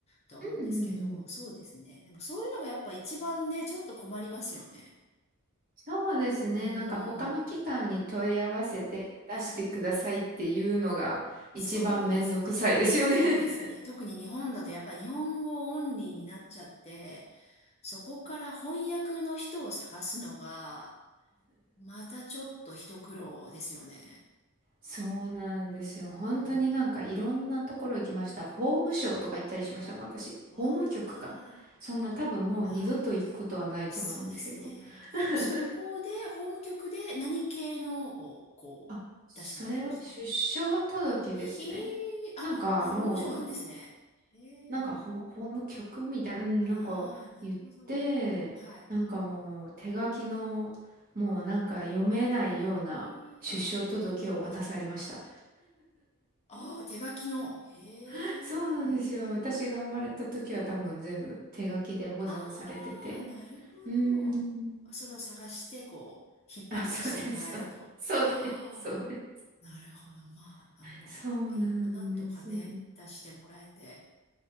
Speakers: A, on the left (about 30°); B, on the right (about 40°).
A: と思うんですけど、
B: うんうん。
A: そうですね。でもそういうのがやっぱ一番ね、ちょっと困りますよね。
B: そうですね。
A: うーん。
B: なんか他の機関に問い合わせて出してくださいっていうのが一番めんどくさいですよね
A: はい。そうですね。そうですね。
B: <laughs>
A: 特に日本だとやっぱり日本語オンリーになっちゃって、そこから翻訳の人を探すのが、またちょっと一苦労ですよね。
B: そうなんですよ。
A: うー
B: 本当になんかいろんなところ行きました。
A: ん。
B: 法務省とか行ったりしましたもん、私。
A: わあ。
B: 法務局か。そんな多分もう二度と行くことはないと思うんですけど。
A: はい。そうですね。ほ、
B: <laughs>
A: そこで、法務局で何系のを、こう、
B: あ、それは出生届ですね。
A: 出してもらいましたひー、あ、
B: なんかもう
A: 法務省なんですね。へえ。
B: なんかほ法務局みたいな、うん、
A: ああ、
B: なんか言って、
A: なるほど。はい。
B: なんかもう手書きの、もうなんか読めないような出生届を渡されました。
A: ひー、ああ、手書きの。へえ。
B: <laughs> そうなんですよ。私が生まれた時は多分全部手書きで保存されてて。
A: ああ、なるほど。
B: うーん。
A: あそれを探して、こう、引っ張り出してもらえたと。
B: あ、そうです。<laughs> そうそうです。
A: はあ、
B: そうで
A: なるほど。まあ、あの、
B: す。そうなんですよ。
A: いや、でもなんとかね、出してもらえて。